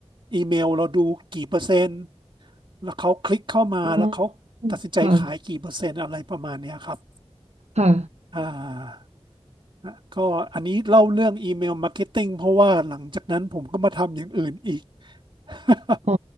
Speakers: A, on the right (about 50°); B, on the right (about 85°).
A: อีเมลเราดูกี่เปอร์เซ็นต์แล้วเขาคลิกเข้ามาแล้วเขาตัดสินใจขายกี่เปอร์เซ็นต์อะไรประมาณเนี้ยครับ
B: อ๋อค่ะค่ะ
A: อ่า ก็อันนี้เล่าเรื่องอีเมลมาร์เก็ตติ้งเพราะว่าหลังจากนั้นผมก็มาทำอย่างอื่นอีก <laughs>
B: อ๋อ